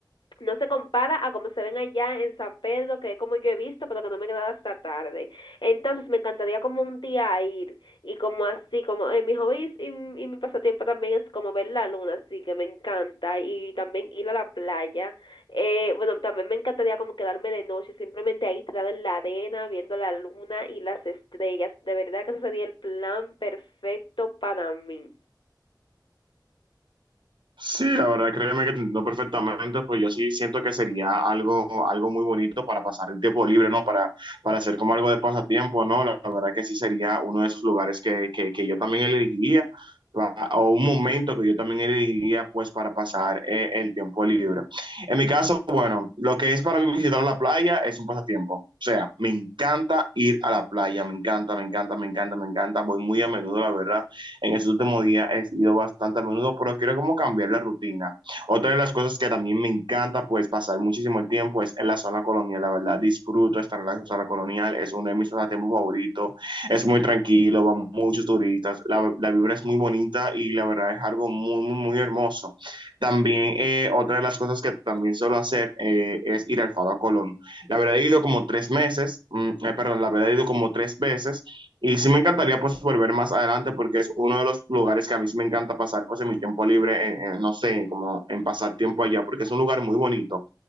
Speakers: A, on the left; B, on the right.
A: no se compara a como se ven allá en San Pedro, que es como yo he visto, pero que no me he quedado hasta tarde. Entonces me encantaría como un día ir y como así, como en mis hobbies y, y mi pasatiempo también es como ver la luna, así que me encanta y también ir a la playa. Eh, bueno, también me encantaría como quedarme de noche, simplemente ahí tirada en la arena, viendo la luna y las estrellas. De verdad que ese sería el plan perfecto para mí.
B: Sí, la verdad, créeme que te entiendo perfectamente, pues yo sí siento que sería algo, algo muy bonito para pasar el tiempo libre, ¿no? Para, para hacer como algo de pasatiempo, ¿no? La, la verdad que sí sería uno de esos lugares que, que, que yo también elegiría, pa- o un momento que yo también elegiría, pues, para pasar eh, el tiempo libre. En mi caso, bueno, lo que es para mí visitar la playa es un pasatiempo. O sea, me encanta ir a la playa, me encanta, me encanta, me encanta, me encanta, voy muy a menudo, la verdad en estos últimos días he ido bastante a menudo, pero quiero como cambiar la rutina. Otra de las cosas que también me encanta, pues pasar muchísimo el tiempo es en la zona colonial, la verdad, disfruto estar en la zona colonial, es uno de mis pasatiempos favoritos, es muy tranquilo, van muchos turistas, la, la, vibra es muy bonita y la verdad es algo muy, muy, muy hermoso. También eh, otra de las cosas que también suelo hacer eh, es ir al Fado a Colón. La verdad he ido como tres meses, mm, eh, perdón, la verdad he ido como tres veces y sí me encantaría pues volver más adelante porque es uno de los lugares que a mí sí me encanta pasar pues en mi tiempo libre, en, en, no sé, como en pasar tiempo allá porque es un lugar muy bonito.